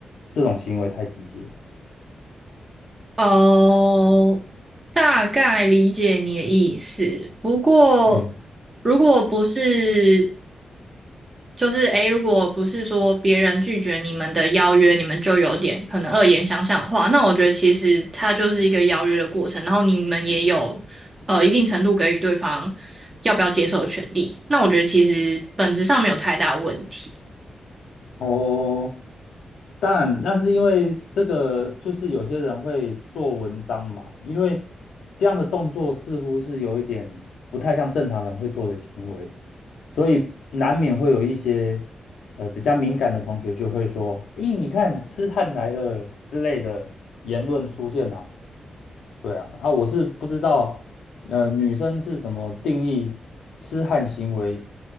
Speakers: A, on the left; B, on the right.
A: 这种行为太直接。
B: 哦，大概理解你的意思。不过，
A: 嗯，
B: 如果不是，就是诶，如果不是说别人拒绝你们的邀约，你们就有点可能恶言相向的话，那我觉得其实它就是一个邀约的过程，然后你们也有呃一定程度给予对方要不要接受的权利。那我觉得其实本质上没有太大问题。
A: 哦，当然，但是因为这个，就是有些人会做文章嘛，因为这样的动作似乎是有一点不太像正常人会做的行为，所以难免会有一些呃比较敏感的同学就会说：“咦，你看痴汉来了”之类的言论出现啊。对啊，啊，我是不知道呃女生是怎么定义痴汉行为，